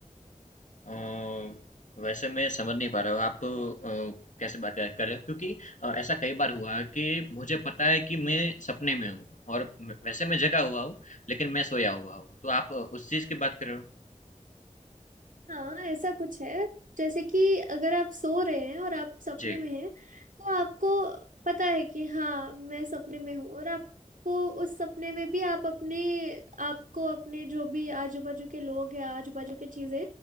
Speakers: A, on the left; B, on the right.
A: अ, वैसे मैं समझ नहीं पा रहा हूँ आप अ, कैसे बातें कर रहे हो क्योंकि अ, ऐसा कई बार हुआ है कि मुझे पता है कि मैं सपने में हूँ और म- वैसे मैं जगा हुआ हूँ, लेकिन मैं सोया हुआ हूँ। तो आप अ, उस चीज़ की बात कर रहे हो?
B: हाँ ऐसा कुछ है जैसे कि अगर आप सो रहे हैं और आप सपने
A: जी,
B: में हैं तो आपको पता है कि हाँ मैं सपने में हूँ और आपको उस सपने में भी आप अपने आपको अपने जो भी आजू बाजू के लोग हैं आजू बाजू की चीजें